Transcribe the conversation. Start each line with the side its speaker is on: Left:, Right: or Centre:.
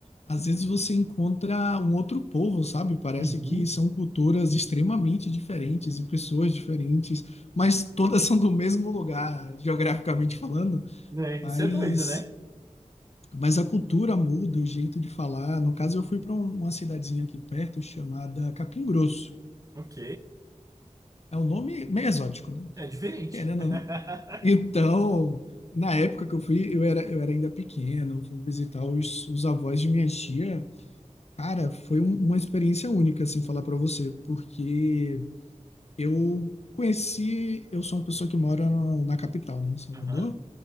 Left: às vezes você encontra um outro povo, sabe? Parece
Right: Uhum.
Left: que são culturas extremamente diferentes e pessoas diferentes, mas todas são do mesmo lugar, geograficamente falando,
Right: É,
Left: mas
Right: isso é doido, né?
Left: mas a cultura muda, o jeito de falar. No caso, eu fui para uma cidadezinha aqui perto chamada Capim Grosso.
Right: Ok.
Left: É um nome meio exótico, né?
Right: É
Left: Tipo,
Right: diferente.
Left: querendo,
Right: <laughs>
Left: ou não. Então, na época que eu fui, eu era, eu era ainda pequeno, eu fui visitar os, os avós de minha tia. Cara, foi um- uma experiência única, assim, falar pra você, porque eu conheci, eu sou uma pessoa que mora no- na capital, né, em Salvador,
Right: Aham.